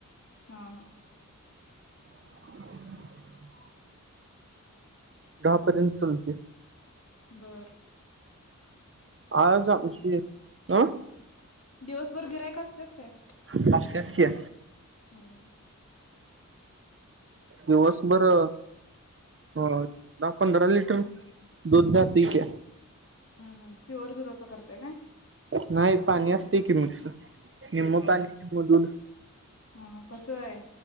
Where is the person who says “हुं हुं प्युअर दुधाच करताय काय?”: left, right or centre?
Left